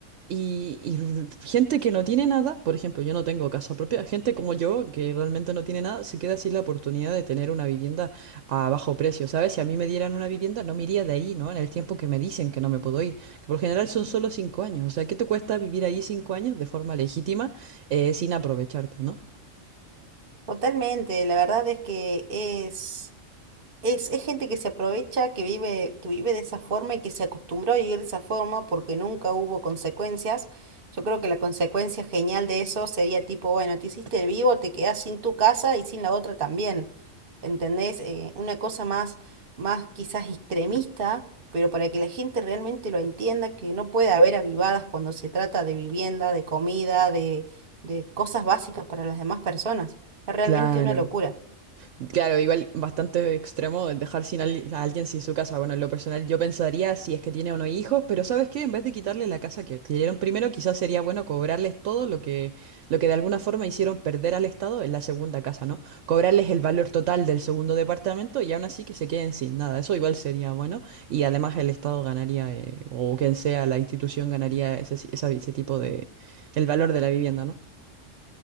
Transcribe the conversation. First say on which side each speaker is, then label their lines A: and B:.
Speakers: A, on the right; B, on the right.
A: Y, y gente que no tiene nada, por ejemplo, yo no tengo casa propia, gente como yo que realmente no tiene nada, se queda sin la oportunidad de tener una vivienda a bajo precio, ¿sabes? Si a mí me dieran una vivienda, no me iría de ahí, ¿no? En el tiempo que me dicen que no me puedo ir, que por lo general son solo cinco años, o sea, ¿qué te cuesta vivir ahí cinco años de forma legítima eh, sin aprovecharte, ¿no?
B: Totalmente, la verdad es que es... Es, es gente que se aprovecha, que vive, que vive de esa forma y que se acostumbró a vivir de esa forma porque nunca hubo consecuencias. Yo creo que la consecuencia genial de eso sería tipo, bueno, te hiciste el vivo, te quedás sin tu casa y sin la otra también. ¿Entendés? Eh, una cosa más, más quizás extremista, pero para que la gente realmente lo entienda, que no puede haber avivadas cuando se trata de vivienda, de comida, de, de cosas básicas para las demás personas. Es realmente
A: Claro.
B: una locura.
A: Claro, igual bastante extremo el dejar sin al- a alguien sin su casa. Bueno, en lo personal yo pensaría si es que tiene o no hijos, pero ¿sabes qué? En vez de quitarle la casa que adquirieron primero, quizás sería bueno cobrarles todo lo que, lo que de alguna forma hicieron perder al Estado en la segunda casa, ¿no? Cobrarles el valor total del segundo departamento y aún así que se queden sin nada. Eso igual sería bueno y además el Estado ganaría, eh, o quien sea la institución ganaría ese, esa- ese tipo de, el valor de la vivienda, ¿no?